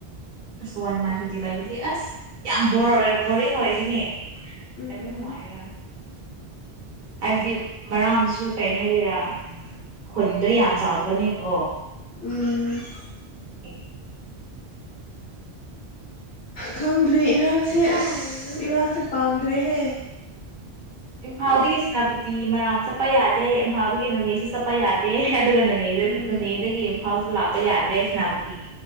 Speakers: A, on the right; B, on the left.
A: ꯑꯁ ꯋꯥꯟ ꯃꯟ ꯁꯨꯇꯤ ꯂꯩꯕꯗꯤ ꯑꯁ ꯌꯥꯝ ꯕꯣꯔ ꯑꯣꯏ ꯕꯣꯔꯤꯡ ꯑꯣꯏꯒꯅꯤ
B: ꯎꯝ
A: ꯂꯩꯕ ꯅꯨꯡꯉꯥꯏꯌꯦꯔꯥ ꯍꯥꯏꯕꯗꯤ ꯃꯔꯥꯝꯁꯨ ꯀꯩ ꯍꯥꯏꯗꯣꯏꯔꯥ ꯎꯝ ꯈꯨꯟꯗꯣ ꯌꯥꯝ ꯆꯥꯎꯕꯅꯤ ꯑꯣ
B: ꯎꯝ
A: ꯑꯗꯨꯒꯤ
B: ꯈꯪꯗ꯭ꯔꯦ ꯏꯔꯥꯡꯁꯦ ꯑꯁ ꯏꯔꯥꯡꯁꯦ ꯄꯥꯝꯗ꯭ꯔꯦꯍꯦ
A: ꯏꯝꯐꯥꯜꯗꯒꯤ ꯁꯦꯅꯥꯄꯇꯤ ꯃꯔꯥꯝ ꯆꯠꯄ ꯌꯥꯗꯦ ꯏꯝꯐꯥꯜꯗꯒꯤ ꯅꯣꯅꯦꯁꯨ ꯆꯠꯄ ꯌꯥꯗꯦ <unintelligible>
B: ꯎꯝ
A: ꯊꯥꯎꯁꯨ ꯂꯥꯛꯄ ꯌꯥꯗꯦ ꯄꯦꯥ ꯁꯦꯅꯥꯄꯇꯤ